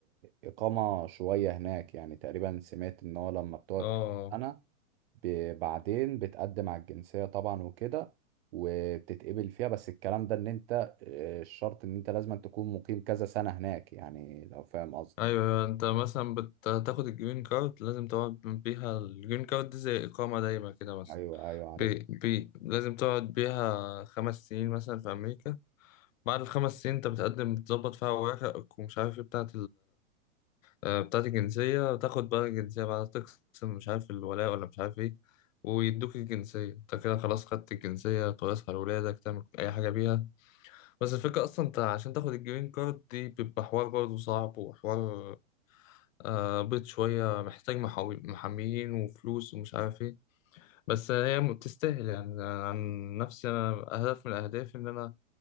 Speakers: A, on the right; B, on the left.
A: إقامة شوية هناك يعني تقريبا سمعت إن هو لما بتقعد
B: اه
A: كام سنة ب- بعدين بتقدم على الجنسية طبعا وكده وبتتقبل فيها بس الكلام ده إن أنت آه، الشرط إن أنت لازم تكون مقيم كذا سنة هناك يعني لو فاهم قصدي
B: ايوه ايوه، انت مثلا بتاخد الجرين كارد لازم تقعد بيها الجرين كارد دي زي اقامه دايمه كده مثلا
A: أيوه أيوه عارف
B: بي بي لازم تقعد بيها خمس سنين مثلا في امريكا بعد الخمس سنين انت بتقدم بتظبط فيها اوراقك ومش عارف ايه بتاعه آه، بتاعت الجنسية تاخد بقى الجنسية بعد تقسم مش عارف الولاء ولا مش عارف ايه ويدوك الجنسية انت كده خلاص خدت الجنسية تورثها لولادك تعمل أي حاجة بيها بس الفكرة أصلا انت عشان تاخد الجرين كارد دي بيبقى حوار برضه صعب وحوار آه بيض شوية محتاج محاوي- محاميين وفلوس ومش عارف ايه بس هي م- تستاهل يعني عن نفسي أنا هدف من أهدافي إن أنا